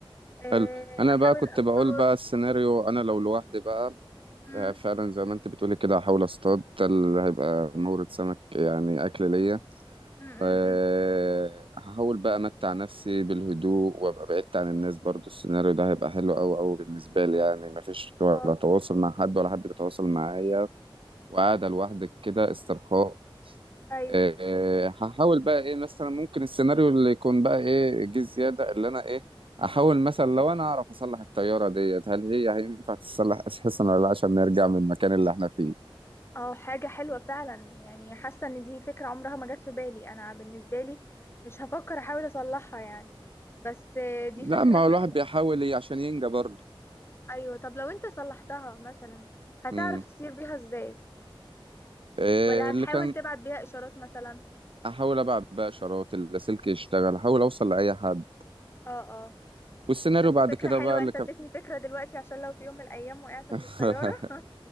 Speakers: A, on the left (about 25°); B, on the right (about 70°).
A: آه،
B: حلو انا
A: احاول
B: بقى كنت
A: اصطاد
B: بقول بقى السيناريو انا لو لوحدي بقى
A: مم،
B: آه، فعلا زي ما انت بتقولي كده هحاول اصطاد ده اللي هيبقى مورد سمك يعني اكل ليا
A: مم، مم،
B: آه،
A: مم.
B: هحاول بقى امتع نفسي بالهدوء وابقى بعدت عن الناس برضو السيناريو ده هيبقى حلو قوي قوي بالنسبه لي يعني مفيش ولا
A: اه
B: تواصل مع حد ولا حد بيتواصل معايا وقاعده لوحدك كده استرخاء
A: ايوه
B: آه، هحاول بقى ايه مثلا ممكن السيناريو اللي يكون بقى ايه جه زياده اللي انا ايه احاول مثلا لو انا اعرف اصلح الطياره ديت هل هي هينفع تتصلح اساسا ولا لا عشان نرجع من المكان اللي احنا فيه
A: اه حاجة حلوة فعلا يعني حاسة ان دي فكرة عمرها ما جت في بالي انا بالنسبة لي مش هفكر احاول اصلحها يعني بس آه، دي
B: لا
A: فكرة
B: ما
A: حلوة
B: هو الواحد بيحاول ي- عشان ينجى برضه
A: ايوه طب لو انت صلحتها مثلا هتعرف
B: امم
A: تطير بيها ازاي
B: إيه
A: ولا هتحاول
B: اللي كان
A: تبعت بيها اشارات مثلا
B: احاول ابعت بقى اشارات اللاسلكي يشتغل احاول اوصل لاي حد
A: اه اه
B: والسيناريو
A: بس
B: بعد
A: فكرة
B: كده
A: حلوة
B: بقى اللي
A: انت
B: كان
A: اديتني فكرة دلوقتي عشان لو في يوم من الايام وقعت من
B: <laughs>
A: الطيارة <laughs>